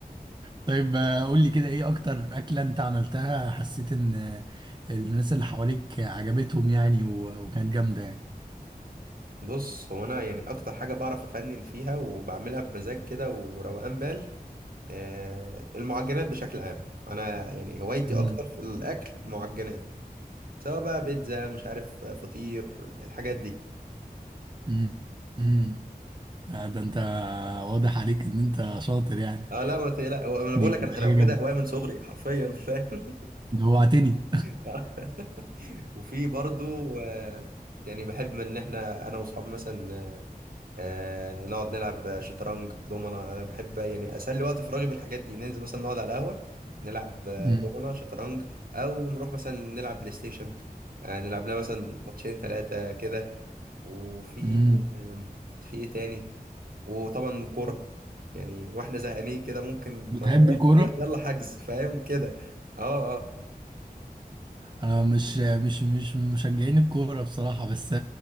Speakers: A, on the right; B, on the right.
A: طيب آه، قول لي كده ايه اكتر اكله انت عملتها حسيت ان آه، الناس اللي حواليك عجبتهم يعني و... وكانت جامده يعني
B: بص هو انا يعني اكتر حاجه بعرف افنن فيها وبعملها بمزاج كده وروقان بال آه، المعجنات بشكل عام انا يعني هوايتي
A: امم
B: اكتر في الاكل معجنات سواء بقى بيتزا مش عارف آه، فطير الحاجات دي
A: امم أمم. آه، ده انت واضح عليك ان انت شاطر يعني
B: اه لا ما تقلق هو انا بقول
A: دي
B: لك انا انا
A: حاجه
B: واخدها
A: جامده
B: هوايه من صغري حرفيا انت فاهم
A: جوعتني
B: <laughs> وفي برضو آه، يعني بحب ان احنا انا واصحابي مثلا آه نقعد نلعب شطرنج دومنا انا بحب يعني اسلي وقت فراغي بالحاجات دي ننزل مثلا نقعد على قهوه نلعب آه،
A: امم
B: دومنا شطرنج او نروح مثلا نلعب بلاي ستيشن آه نلعب لنا مثلا ماتشين ثلاثه كده وفي
A: أمم.
B: آم، في ايه تاني وطبعا الكوره يعني واحنا زهقانين كده ممكن
A: بتحب
B: ما
A: الكوره
B: يلا يلا حجز فاهم كده اه اه
A: انا مش مش مش من مشجعين الكوره بصراحه بس